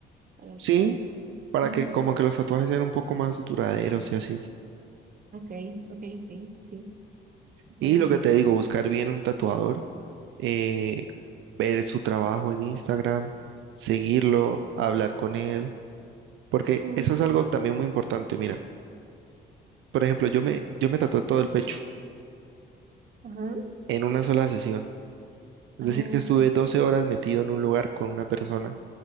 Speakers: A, on the right; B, on the right.
A: para,
B: Sí,
A: para tatuar.
B: para
A: Ujú,
B: que como que los tatuajes sean un poco más duraderos y así.
A: Ok, ok, ok, sí. Bueno,
B: Y lo que te digo, buscar bien un tatuador, eh, ver su trabajo en Instagram, seguirlo, hablar con él, porque
A: mm,
B: eso es algo también muy importante. Mira, por ejemplo, yo me, yo me tatué todo el pecho
A: ajá,
B: en una sola sesión. Es
A: oh,
B: decir, que estuve 12 horas metido en un lugar con una persona.